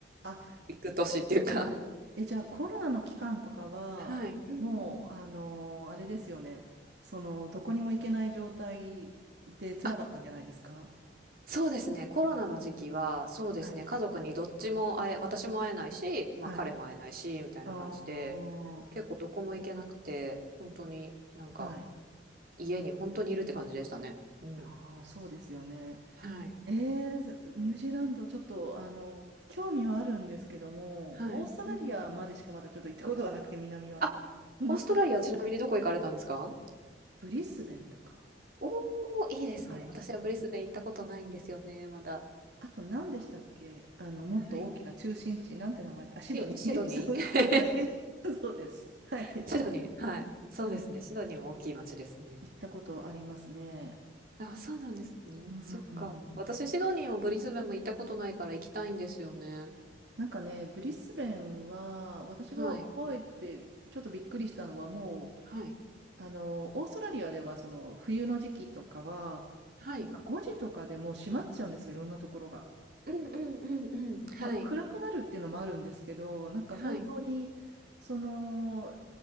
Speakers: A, on the right; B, on the right.
A: あ、
B: 行く年っていうか。
A: え、じゃあコロナの期間とかは、
B: はい、うんうん。
A: もう、あのーあれですよね。その、どこにも行けない状態で辛かったんじゃないですか
B: あ、そうですね、コロナの時期は、そうですね、
A: はい。
B: 家族にどっちも会え、私も会えないし、まあ彼も会えないし、
A: はい。
B: みたいな感じで、
A: ああ、
B: 結構どこも行けなくて、本当になんか、
A: はい。
B: 家に本当にいるって感じでしたね。うん。
A: ああ、そうですよね。
B: はい、
A: えー、ニュージーランド、ちょっと、あの、興味はあるんですけども、
B: はい。
A: オーストラリアまでしかまだちょっと行ったことがなくて、
B: うんうん
A: 南は。
B: あ、
A: あの、
B: オーストラリア、
A: <laughs>
B: ちなみにどこ行かれたんですか
A: ブリスベンとか。
B: おおー、いいですね。
A: はい。
B: 私はブリスベン行ったことないんですよね、まだ。
A: あと、何でしたっけあの、もっと大きな中心地、
B: はい。
A: なんて名前で、あ、シドニー。
B: シ、シドニー
A: <laughs> そうです。はいそうです。はい。
B: <laughs> シドニー、はい。そうですね。
A: はい。
B: シドニーも大きい町ですね。
A: 行ったことありますね。
B: あ、そうなんですね。
A: うん。
B: そっか。私、シドニーもブリスベンも行ったことないから行きたいんですよね。
A: なんかね、ブリスベンは、私が覚えて、
B: はい。
A: ちょっとびっくりしたのは、もう、
B: はい。
A: あの、オーストラリアではその冬の時期とかは、
B: はい。
A: なんか5時とかでもう閉まっちゃうんですよ、いろんなところが。
B: うんうんうんうん。はい。
A: まあ、暗くなるっていうのもあるんですけど、なんか本当に、
B: はい。
A: その、